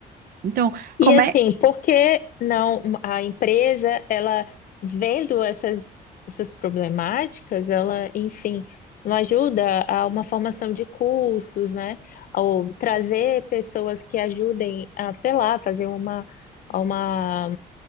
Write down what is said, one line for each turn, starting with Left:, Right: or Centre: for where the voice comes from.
Right: Então,
Left: E
Right: como
Left: assim,
Right: é?
Left: por que não a empresa, ela vendo essas, essas problemáticas, ela, enfim, não ajuda a uma formação de cursos, né? Ou trazer pessoas que ajudem a, sei lá, fazer uma, uma